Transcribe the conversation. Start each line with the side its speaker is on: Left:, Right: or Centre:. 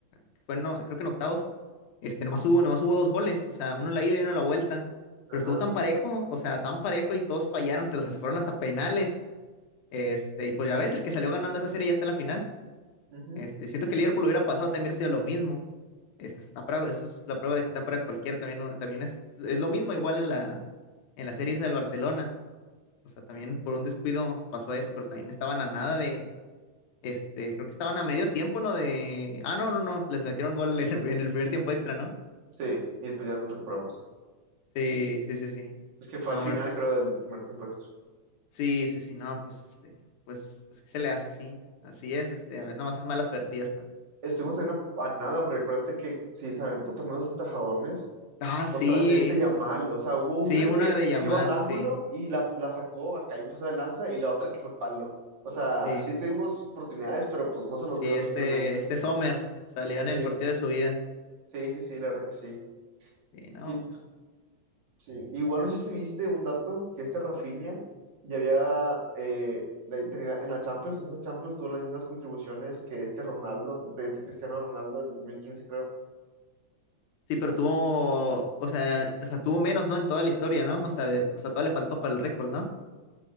Left: que fue, no, creo que en octavos, este, nomás hubo, nomás hubo dos goles, o sea, uno en la ida y uno en la vuelta,
Right: ajá,
Left: pero estuvo tan parejo, o sea, tan parejo y todos fallaron, se las fueron hasta penales, este, y pues ya ves, el que salió ganando esa serie ya está en la final,
Right: ujú.
Left: este, siento que el Liverpool hubiera pasado, también hubiera sido lo mismo. Esta está para, eso es la prueba de que está para cualquiera. También, no- también es, es lo mismo, igual en la, en la serie esa del Barcelona. O sea, también por un descuido pasó eso, pero también estaban a nada de, este, creo que estaban a medio tiempo, ¿no? De, ah, no, no, no, les metieron gol en el, en el primer tiempo extra, ¿no?
Right: Sí, y pues ya nos recuperamos.
Left: Sí, sí, sí, sí.
Right: Es que fue
Left: No,
Right: al final,
Left: hombre, pues,
Right: creo, del primer tiempo extra.
Left: sí, sí, sí, no, pues, este, pues, pues, ¿qué se le hace así? Así es, este, a ver, más es mala suerte y ya está.
Right: Estuvimos en a nada, porque acuérdate que sí, se aventó tremendos atajadones
Left: Ah, sí,
Right: contra, de este Yamal. O sea, hubo
Left: sí,
Right: una
Left: una
Right: que
Left: de Yamal,
Right: iba al ángulo
Left: sí,
Right: y la, la sacó, acá hay un paso de lanza, y la otra que fue palo. O sea,
Left: sí.
Right: sí tuvimos oportunidades, pero pues no se nos
Left: Sí,
Right: dio
Left: este,
Right: simplemente.
Left: este Sommer salió en
Right: Sí,
Left: el partido de su vida.
Right: sí, sí, sí, la verdad que sí.
Left: Sí, no,
Right: Y
Left: pues.
Right: Sí, igual no sé si viste un dato que este Rafinha ya había eh, la- tenía- en la Champions, en esa Champions tuvo las mismas contribuciones que este Ronaldo, de este Cristiano Ronaldo en el 2015 creo.
Left: Sí, pero tuvo, o sea, o sea, tuvo menos, ¿no? En toda la historia, ¿no? O sea, de, o sea, todavía le faltó para el récord, ¿no?